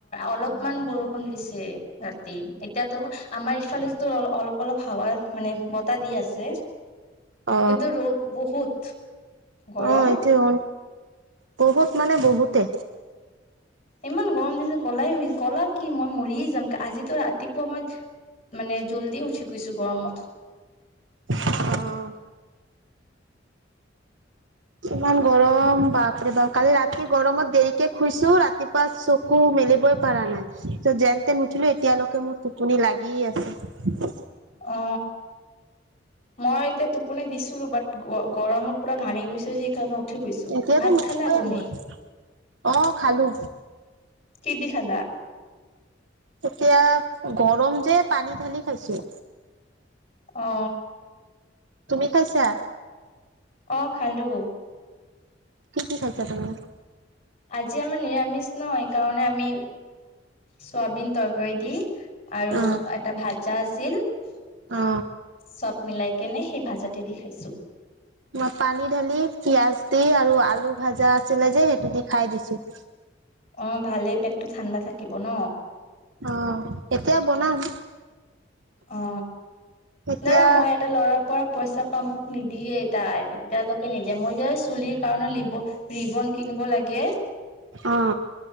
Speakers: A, on the left; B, on the right.
A: অলপমান বৰষুণ দিছে ৰাতি। এতিয়াতো আমাৰ ইফালেটো অ অলপ অলপ হাৱা মানে বতাহ দি আছে।
B: অ
A: কিন্তু ৰ'দ বহুত গৰম
B: অ এতিয়া বহুত মানে বহুতে
A: ইমান গৰম দিছে ক'লাই কলা কি মই মৰিয়ে যাম। আজিতো ৰাতিপুৱা মই মানে জল্দি উঠি গৈছো গৰমত।
B: অ। ইমান গৰম বাপৰে বাপ, কালি ৰাতি গৰমত দেৰিকে শুইছো ৰাতিপুৱা চকু মেলি পৰা নাই, যেনতে নুঠিলো এতিয়ালৈকে মোৰ টোপনি লাগিয়ে আছে।
A: অ মই এতিয়া টোপনি দিছিলো বাট গৰমত পুৰা ঘামি গৈছে যে সেইকাৰণে, উঠি গৈছো।
B: এতিয়াতো
A: ভাত
B: নুশুৱে
A: খালা তুমি?
B: মই অ খালো
A: কি দি খালা?
B: এতিয়া গৰম যে পানী ঢালি খাইছো।
A: অ।
B: তুমি খাইছা?
A: অ খালো।
B: কি দি খাইছা তুমি
A: আজি আমাৰ নিৰামিষ ন, সেইকাৰণে আমি চোৱাবিন তৰকাৰী দি আৰু
B: অ
A: এটা ভাজা চব
B: অ
A: মিলাই কেনে সেই ভাজাতে দি খাইছো।
B: মই পানী ঢালি পিয়াজ গোটেই আৰু আলু ভাজা আছিলে যে সেইটো দি খাই দিছো।
A: অ ভালেই পেটটো ঠাণ্ডা থাকিব ন।
B: অ এতিয়া বনাম।
A: অ
B: এতিয়া
A: নানা মই এটা লৰাৰ পৰা পইচা পাম মোক নিদিয়ে তাই, এতিয়ালৈকে নিদিয়ে। মই যে চুলিৰ কাৰণে ৰিবন- কিনিব লাগে।
B: অ।